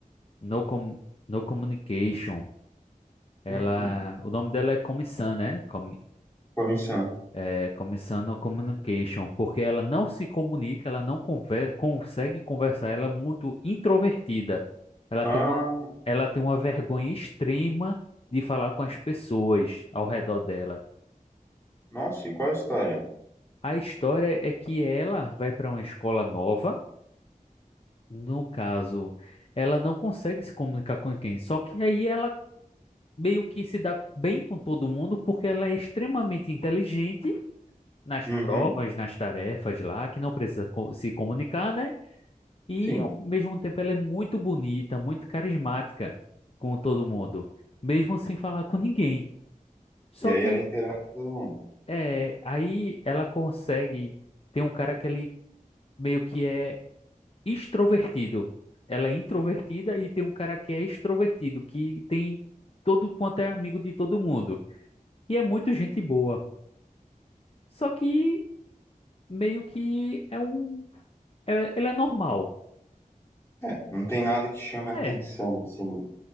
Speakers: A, on the left; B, on the left.
A: No, Com no Communication. Ela,
B: Hum,
A: o nome dela é Commissan, né? Com,
B: comissão.
A: é, Commissan no Communication, porque ela não se comunica, ela não conver, consegue conversar, ela é muito introvertida. Ela
B: Ah,
A: tem uma, ela tem uma vergonha extrema de falar com as pessoas ao redor dela.
B: nossa, e qual a história?
A: A história é que ela vai para uma escola nova, no caso, ela não consegue se comunicar com ninguém, só que aí ela meio que se dá bem com todo mundo porque ela é extremamente inteligente nas
B: Uhum,
A: provas, nas tarefas lá, que não precisa co- se comunicar, né? E
B: sim.
A: ao mesmo tempo ela é muito bonita, muito carismática com todo mundo, mesmo sem falar com ninguém. Só
B: E aí
A: que
B: ela
A: aí,
B: interage com todo mundo.
A: é, aí ela consegue ter um cara que ele meio que é extrovertido. Ela é introvertida e tem um cara que é extrovertido, que tem todo quanto é amigo de todo mundo. E é muito gente boa. Só que meio que é um. é- ele é normal.
B: É, não tem nada que chame a
A: É.
B: atenção, assim,